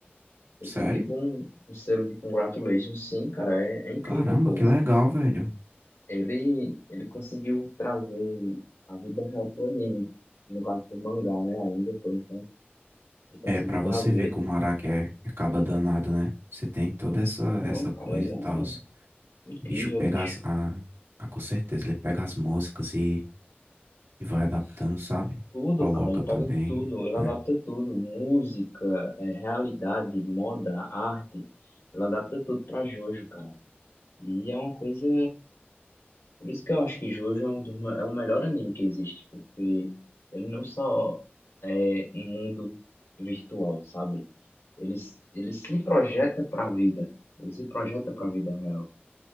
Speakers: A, on the left (about 90°); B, on the right (about 75°).
A: Você
B: Sério?
A: tem tipo um, um selo de congratulations, sim, cara, é, é incrível,
B: Caramba,
A: pô.
B: que legal, velho.
A: Ele, ele conseguiu trazer a vida real pro anime, no caso pro mangá, né, ainda, por enquanto. Ele conseguiu
B: É, pra você
A: trazer.
B: ver como o Araki é, é caba danado, né? Você tem toda essa,
A: Não,
B: essa
A: cara,
B: coisa
A: ele
B: e
A: é
B: tal. O
A: incrível,
B: bicho pega
A: bicho.
B: as. A, a- com certeza, ele pega as músicas e, e vai adaptando, sabe?
A: Tudo,
B: Coloca
A: cara, ele
B: também.
A: pega tudo, ele
B: É.
A: adapta tudo, música, é, realidade, moda, arte, ele adapta tudo pra Jojo, cara. E é uma coisa Por isso que eu acho que Jojo é um dos, me- é o melhor anime que existe, porque ele não só é um mundo virtual, sabe? Ele, s- ele se projeta para a vida, ele se projeta para a vida real.